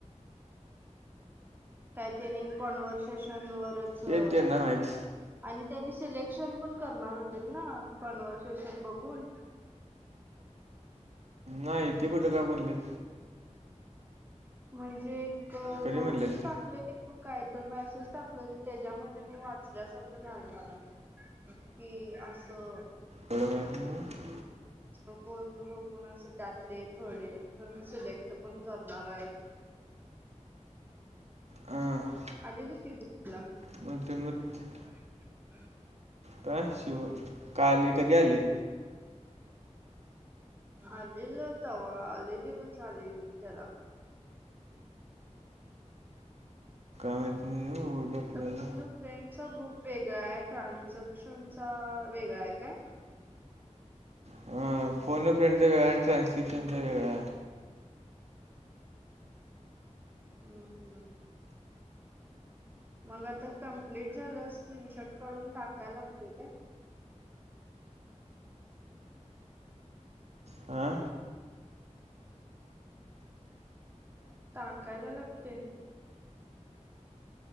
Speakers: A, on the right; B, on the right.
A: काय त्यांनी कॉन्व्हर्सेशनवरच आणि
B: ते त्यांना माहीत
A: त्यानी सिलेक्शन पण करणार होतेत ना, कॉन्व्हर्सेशन बघून.
B: नाई, ते कुटं काय म्हणलेत.
A: म्हणजे, एक
B: कधी
A: नोटीस
B: म्हणलेत
A: टाकलेली
B: ते
A: ग्रु कायतर मेसेज टाकलेली, त्याज्यामदे मी वाचल्यासारखं झालं मला. की, आसं
B: एवढं माहीत नाही बघ.
A: बघून असं, त्यातले थोडे जण सिलेक्ट पण करणारेत.
B: हां
A: आलेली की ग्रुपला.
B: <unintelligible>
A: <unintelligible>
B: काशीवंन का आले, कधी आले
A: आ दिलं तवा, लई दिवस झाले, येऊन त्याला.
B: <unintelligible> आपल्याला
A: फोन अ फ्रेंडचा ग्रुप वेगळाय, ट्रान्झक्शनचा वेगळायं काय?
B: हा फोन अ फ्रेंडचा वेगळायं आणि ट्रान्स्क्रिपशनचा वेगळायं.
A: हूं हूं. मग आता कम्प्लिट झाल्यावर, स्क्रिनशॉट काढून टाकायला लागतंय काय?
B: आ?
A: टाकायला लागतंय.